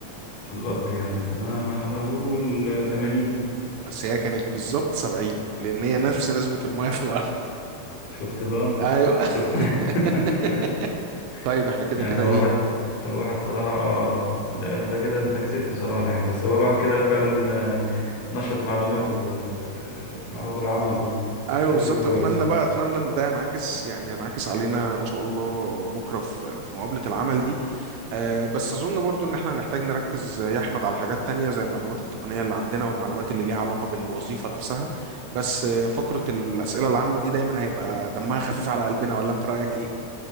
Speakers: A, on the left; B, on the right.
A: في الأرض يعني فأنا هقول تمانين
B: بس هي كانت بالظبط 70 لان هي نفس نسبة المية في الارض
A: شفت بقى
B: ايوه
A: شفت
B: <laughs>
A: <laughs>
B: طيب احنا كده
A: يعني
B: كده
A: الواحد
B: ايه
A: الواحد صراحة اه لا انت كده انت كسبت صراحة يعني بس هو الواحد كده فعلا آه، نشط معلوماته آه، المعلومات العامة
B: ايوه
A: بشكل
B: بالظبط
A: كويس
B: اتمنى بقى اتمنى ان ده ينعكس يعني ينعكس علينا ان شاء الله بكره في في مقابله العمل دي أه بس اظن برضو ان احنا هنحتاج نركز يا احمد على حاجات تانية زي المعلومات التقنيه اللي عندنا والمعلومات اللي ليها علاقه بالوظيفه نفسها بس آه، فقره الاسئله العامه دي دايما هيبقى دمها خفيف على قلبنا ولا انت رايك